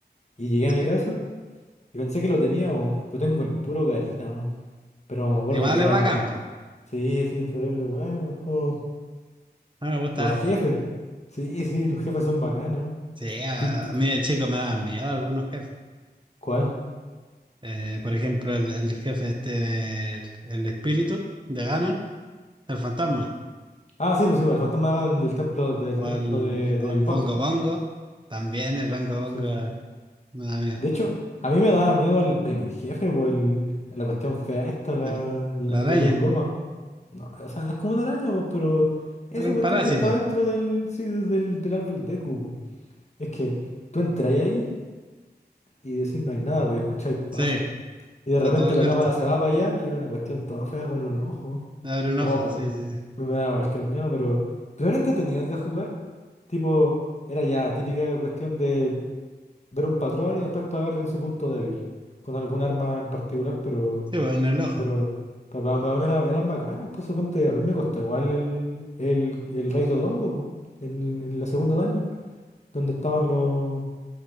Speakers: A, on the left; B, on the right.
A: Y llegué
B: ¿Sí?
A: a mi casa y pensé que lo tenía, vos, pero tengo el puro Karina, vos. Pero me acuerdo
B: Igual
A: que era,
B: es bacán, po.
A: sí, sí, terrible bueno, el juego.
B: A mí me gusta
A: Los
B: harto.
A: jefes. Sí, sí, los jefes son bacanes, vos.
B: Sí, a,
A: ¿Qué- qué-
B: a mí de chico me daban miedo algunos jefes.
A: ¿Cuál?
B: Eh, por ejemplo, el, el jefe este del el espíritu de Ganon, el fantasma.
A: Ah, sí, pues sí, pues, el fantasma del templo, del
B: O
A: templo
B: el,
A: de-
B: o
A: del
B: el Bongo
A: bosque.
B: Bongo. También el Bongo
A: Sí,
B: Bongo
A: sí. sí.
B: me da miedo.
A: De hecho, a mí me daba miedo el primer jefe, por el, la cuestión fea esta, la,
B: El-
A: la,
B: la araña.
A: la Queen Goma. No, o sea, no es como una araña, pues, pero esa
B: Era un
A: cuestión
B: parásito.
A: que está dentro del, sí, de- del, del árbol de cubo. Es que tú entras ahí y decís no hay nada, pues escucháis pasos.
B: Sí,
A: Y de
B: está
A: repente
B: todo oculto.
A: la cámara se va para allá y es una cuestión toda fea con un ojo.
B: Abre un
A: Oh,
B: ojo.
A: pa-
B: Sí, sí, sí.
A: me, me da cualquier miedo, pero, pero eran entretenidos de jugar. Tipo, era ya típica cuestión de ver un patrón y después pegarle en su punto débil, con algún arma en particular, pero,
B: Sí, pues en el ojo.
A: pero para mí era- eran bacanes, pues suponte, a mí me costó igual el, el, el Rey Dodongo, po, en, en la segunda dungeon, donde estaban los,